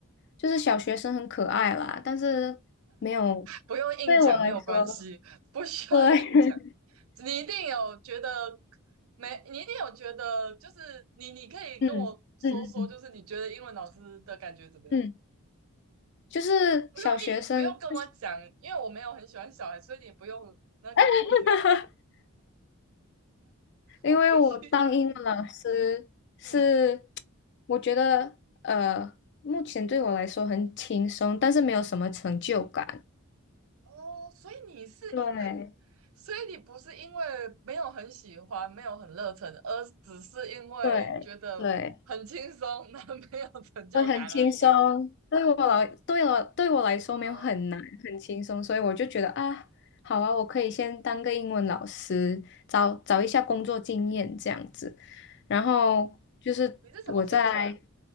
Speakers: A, on the left; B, on the right.
A: 就是小学生很可爱啦，但是没有
B: 不用硬讲，
A: 对我来说，
B: 没有关系，不需要硬讲。
A: 对，
B: 你一定有觉得没，你一定有觉得，就是你你可以跟我说说，
A: <laughs> 嗯嗯嗯
B: 就是你觉得英文老师的感觉怎么样？
A: 嗯，就是小学生，
B: 不用硬，不用跟我讲，
A: 就是
B: 因为我没有很喜欢小孩，所以你不用那个，我不需要讨，
A: <laughs> 因为我当英文老师是，
B: 我不需要嗯。
A: 我觉得呃，目前对我来说很轻松，但是没有什么成就感。
B: 哦，所以你是因，
A: 对
B: 所以你不是因为没有很喜欢，没有很热忱，而只是因为觉得很轻松，
A: 对对，
B: 那 <laughs> 没有成就感而已啊。
A: 对，很轻松。对我来，对我对我来说没有很难，
B: 嗯，
A: 很轻松，所以我就觉得啊，好啊，我可以先当个英文老师，找找一下工作经验这样子。然后就是我在，
B: 哦，你是什么星座呀？